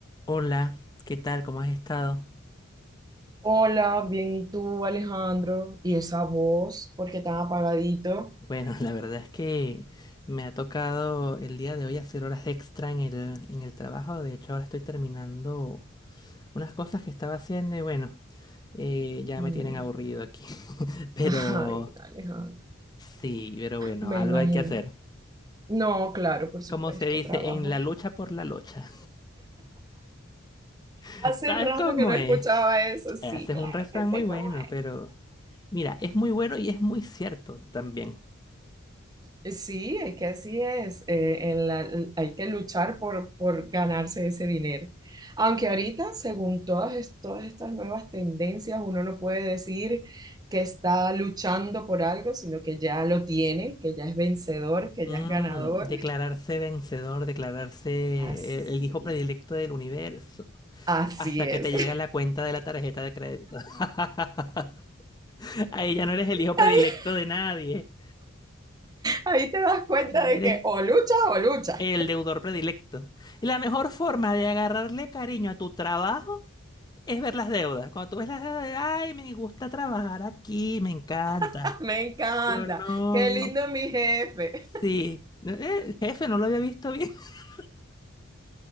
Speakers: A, on the left (about 20°); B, on the right (about 20°).
A: Hola, ¿qué tal? ¿Cómo has estado?
B: Hola, bien, ¿y tú, Alejandro? ¿Y esa voz? ¿Por qué tan apagadito?
A: Bueno, <laughs> la verdad es que me ha tocado el día de hoy hacer horas extra en el, en el trabajo. De hecho, ahora estoy terminando unas cosas que estaba haciendo y bueno, eh, ya
B: Mm.
A: me tienen aburrido aquí. <laughs> Pero
B: <laughs> Ay, Alejandro,
A: sí, pero bueno,
B: me
A: algo
B: imagino.
A: hay que hacer.
B: No, claro, por supuesto,
A: Como se dice,
B: trabajo.
A: en la lucha por la lucha. <laughs>
B: Hace
A: ¿Sabes
B: rato
A: cómo
B: que no
A: es?
B: escuchaba eso, sí,
A: Ese
B: claro
A: es un refrán
B: que sé
A: muy bueno,
B: cómo
A: pero mira, es muy bueno y es muy cierto también.
B: Sí, es que así es. eh, en la- hay que luchar por, por ganarse ese dinero. Aunque ahorita, según todas, es- todas estas nuevas tendencias, uno no puede decir que está luchando por algo, sino que ya lo tiene, que ya es vencedor, que
A: Mm,
B: ya es ganador.
A: declararse vencedor, declararse
B: Así.
A: el, el hijo predilecto del universo,
B: Así
A: hasta
B: es.
A: que te
B: <laughs>
A: llega la cuenta de la tarjeta de crédito. <laughs> Ahí ya no eres el hijo predilecto
B: Ahí,
A: de nadie,
B: ahí te das cuenta
A: ahí
B: de
A: eres
B: que o luchas o luchas.
A: el deudor predilecto. Y la mejor forma de agarrarle cariño a tu trabajo es ver las deudas. Cuando tú ves las deudas, ay, me gusta trabajar aquí, me encanta.
B: <laughs> Me encanta.
A: Yo no.
B: Qué lindo mi jefe.
A: Sí. Eh, jefe, no lo había visto bien. <laughs>